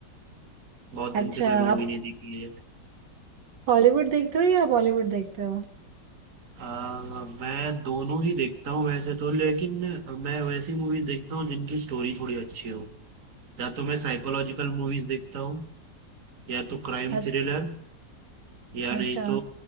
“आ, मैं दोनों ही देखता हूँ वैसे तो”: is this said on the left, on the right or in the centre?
Right